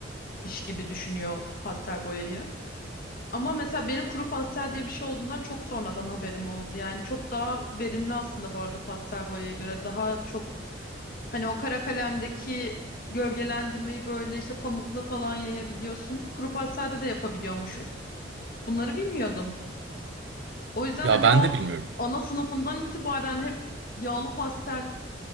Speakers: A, on the left (about 50°); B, on the right (about 65°).
A: gibi düşünüyor pastel boyayı. Ama mesela benim kuru pastel diye bir şey olduğundan çok sonradan haberim oldu. Yani çok daha verimli aslında bu arada pastel boyaya göre. Daha çok hani o kara kalemdeki gölgelendirmeyi böyle işte pamukla falan yayabiliyorsun. Kuru pastelde de yapabiliyormuşuz. Bunları bilmiyordum. O yüzden
B: Ya
A: hani
B: ben
A: o
B: de bilmiyorum.
A: ana sınıfından itibaren hep yağlı pastel